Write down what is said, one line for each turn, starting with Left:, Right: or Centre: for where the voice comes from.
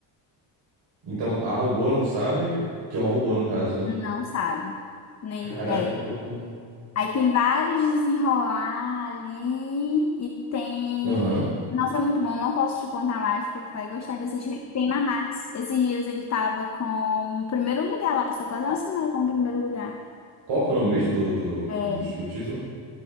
Right: Então, a robô não sabe que é um robô, no caso, né?
Left: Não sabe. Nem,
Right: Caraca,
Left: é.
Right: que loucura.
Left: Aí tem vários desenrolar ali e tem.
Right: Aham.
Left: Nossa, é muito bom, não posso te contar mais, porque tu vai gostar de assistir. Tem na Max. Esses dias ele tava com o primeiro lugar lá, passou quase uma semana com o primeiro lugar.
Right: Qual que é o nome mesmo do, do,
Left: É,
Right: do ti- o título?